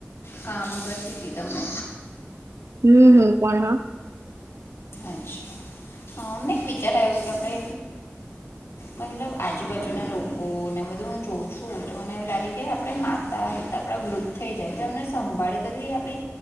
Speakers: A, on the left (about 80°); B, on the right (about 75°).
A: કામ કરતી હતીી તમે
B: હમ હમ કોણ હ
A: અચ્છા હા અમને એક વિચાર આવ્યો કે આપણે મતલબ આજુબાજુના લોકોને બધા હું જોઉં છું તો મને એવું લાગે કે આપડ માતા પિતા આપડા વૃદ્ધ થઈ જાય તો એમને સંભાળ કરી આપડી